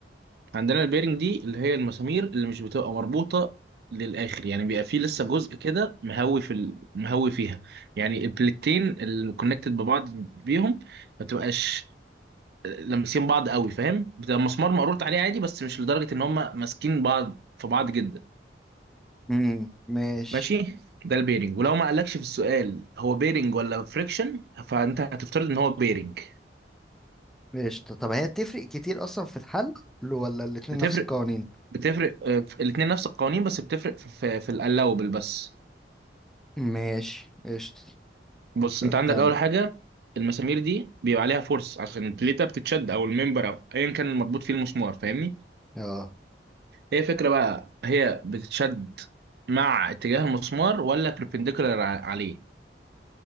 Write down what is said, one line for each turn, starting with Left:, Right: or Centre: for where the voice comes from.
Right: عندنا البيرنج دي اللي هي المسامير اللي مش بتبقى مربوطه للاخر يعني بيبقى فيه لسه جزء كده مهوي في ال... مهوي فيها يعني البلكتين اللي كونكتد ببعض بيهم ما بتبقاش لامسين بعض قوي فاهم بتبقى مسمار مقروط عليه عادي بس مش لدرجه ان هم ماسكين بعض في بعض جدا
Centre: امم ماشي
Right: ماشي ده البيرنج ولو ما قالكش في السؤال هو بيرنج ولا فريكشن فانت هتفترض ان هو بيرنج
Centre: قشطة طب هي بتفرق كتير اصلا في الحل لو- ولا الاتنين
Right: بتفرق
Centre: نفس القوانين
Right: بتفرق آه، في الاتنين نفس القوانين بس بتفرق في في, في الالاوبل بس
Centre: ماشي قشطة
Right: بص
Centre: طب
Right: انت عندك
Centre: كم
Right: اول حاجه المسامير دي بيبقى عليها فورس عشان البليته بتتشد او الممبر او ايا كان المربوط فيه المسمار فاهمني
Centre: اه
Right: هي فكره بقى هي بتتشد مع اتجاه المسمار ولا perpendicular ع- عليه